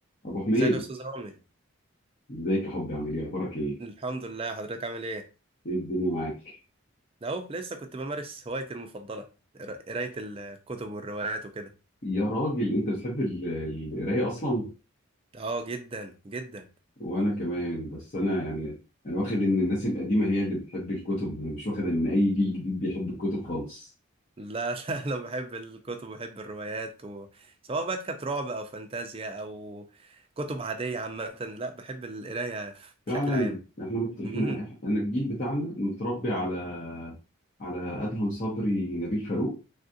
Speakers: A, on the left; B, on the right.
A: ابو حميد
B: ازيك يا استاذ رامي
A: ازيك يا حبي عامل ايه اخبارك ايه
B: الحمد لله حضرتك عامل ايه
A: ايه الدنيا معاك
B: ده اهو لسه كنت بمارس هوايتي المفضله قرا- قرايه الكتب والروايات وكده
A: يا راجل انت بتحب ال- القرايه اصلا
B: اه جدا جدا
A: وانا كمان بس انا يعني انا واخد ان الناس القديمه هي اللي بتحب الكتب أنا مش واخد ان اي جيل جديد بيحب الكتب خالص
B: لا <laughs> لا انا بحب الكتب وبحب الروايات و... سواء بقى كانت رعب او فانتازيا او كتب عاديه عامه لا بحب القرايه
A: فعلا
B: بشكل عام
A: احنا مت... احنا
B: امم
A: إح- انا الجيل بتاعنا متربي على على ادهم صبري نبيل فاروق